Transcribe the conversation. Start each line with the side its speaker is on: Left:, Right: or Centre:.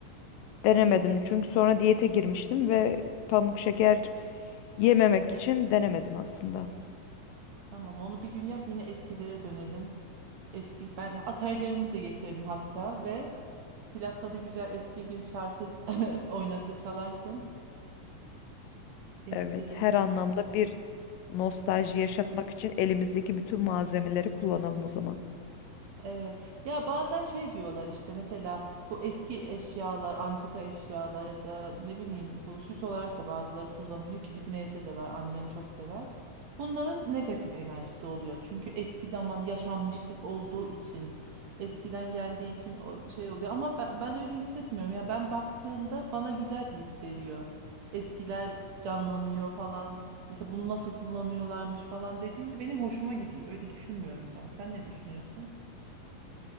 Left: Denemedim çünkü sonra diyete girmiştim ve pamuk şeker yememek için denemedim aslında.
Right: Tamam onu bir gün yap yine eskilere dönelim. Eski ben atarilerimizi de getirelim hatta ve plakla da güzel eski bir şarkı <laughs> oynatı çalarsın. Eskiye
Left: Evet
Right: geri
Left: her
Right: dön.
Left: anlamda bir nostalji yaşatmak için elimizdeki bütün malzemeleri kullanalım o zaman.
Right: Evet. Ya bazen şey diyorlar işte mesela bu eski eşyalar, antika eşyalar ya da ne bileyim bu süs olarak da bazıları kullanılıyor ki bizim evde de var. Annem çok sever. Bunların negatif enerjisi oluyor. Çünkü eski zaman yaşanmışlık olduğu için, eskiden geldiği için o şey oluyor ama ben, ben öyle hissetmiyorum. Ya ben baktığımda bana güzel bir his veriyor. Eskiler canlanıyor falan. Mesela bunu nasıl kullanıyorlarmış falan dediğinde benim hoşuma gidiyor. Öyle düşünmüyorum ben. Sen ne düşünüyorsun?